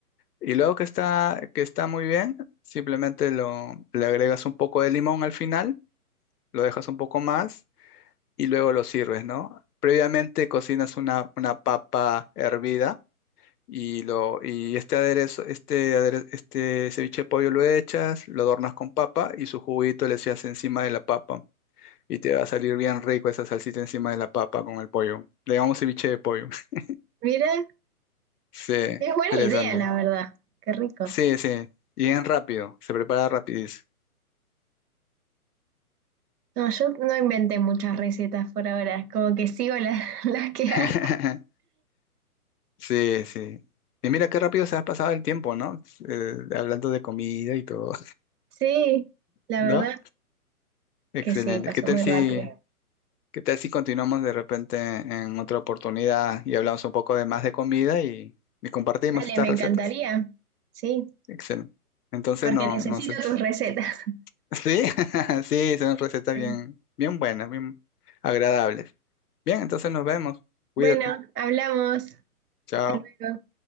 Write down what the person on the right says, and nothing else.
Mira,
es buena
idea, la verdad. Qué rico.
No, yo no inventé muchas recetas por ahora, como que sigo las, <laughs> las que
hay.
Sí, la
verdad
que sí, pasó
muy
rápido.
Dale,
me
encantaría. Sí,
porque
necesito
tus recetas. <laughs>
Sí.
Bueno, hablamos.
Hasta luego.